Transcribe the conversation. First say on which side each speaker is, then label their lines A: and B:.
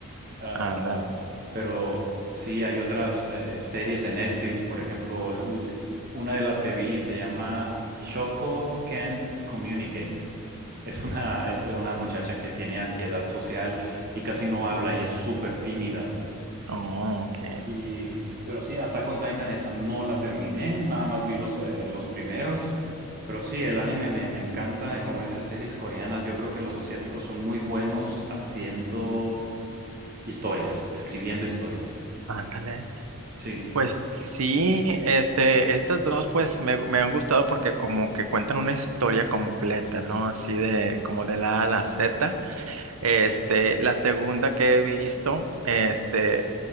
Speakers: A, on the right; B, on the right.
A: Ah,
B: Ándale.
A: pero sí, hay otras eh, series en Netflix, por ejemplo, l- una de las que vi se llama Choco Can't Communicate. Es una, es de una muchacha que tiene ansiedad social y casi no habla y es súper tímida.
B: Oh, ok.
A: Y, pero sí, Attack on Titan, esa no la terminé, nada más vi los, eh, los primeros. Pero sí, el anime me, me encanta, como dice, series coreanas. Yo creo que los asiáticos son muy buenos haciendo Historias, escribiendo historias.
B: Ándale.
A: Sí,
B: Pues sí, este, estas dos pues me, me han gustado porque como que cuentan una historia completa, ¿no? Así de como de la A a la Z. Este, la segunda que he visto, este,